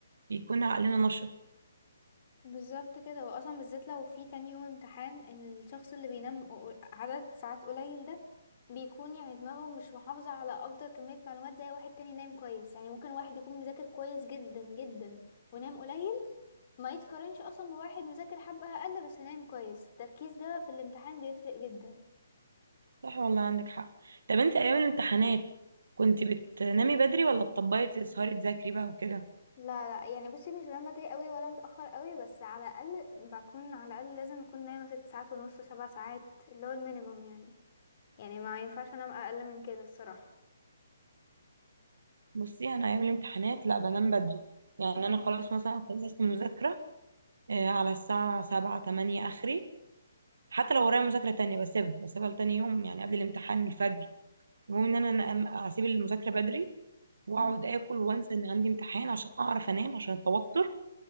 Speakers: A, on the right; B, on the left.
A: بيكون عقلنا نشط
B: بالظبط كده واصلا بالذات لو في تاني يوم امتحان الشخص اللي بينام قو- عدد ساعات قليل ده بيكون يعني دماغه مش محافظة على اكتر كمية معلومات زي واحد تاني نايم كويس يعني ممكن واحد يكون مذاكر كويس جدا جدا ونام قليل ما يتقارنش اصلا بواحد مذاكر حبة اقل بس نايم كويس التركيز ده في الامتحان بيفرق جدا
A: صح والله عندك حق طب انت ايام الامتحانات كنت بتنامي بدري ولا تطبقي تسهري تذاكري بقى وكده
B: لا لا يعني بصي مش بنام بدري قوي ولا متأخر قوي بس على الاقل بكون على الاقل لازم اكون نايمة ست ساعات ونص سبع ساعات اللي هو المينيمم يعني يعني ما ينفعش انام اقل من كده الصراحة
A: بصي انا ايام الامتحانات لا بنام بدري يعني
B: اه
A: انا خلاص مثلا خلصت مذاكرة آه، على الساعة سبعة تمانية اخري حتى لو ورايا مذاكرة تانية بسيبها بسيبها لتاني يوم يعني قبل الامتحان الفجر المهم ان انا أنام- اسيب المذاكرة بدري واقعد
B: امم
A: اكل وانسى ان عندي امتحان عشان اعرف انام عشان التوتر